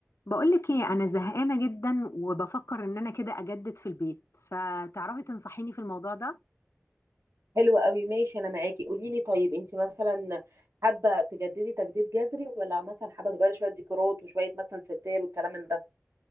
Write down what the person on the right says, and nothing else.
حلو قوي ماشي انا معاكي قولي لي طيب انت مثلا حابه تجددي تجديد جذري ولا مثلا حابه تغيري شويه ديكورات وشويه مثلا ستاير والكلام من ده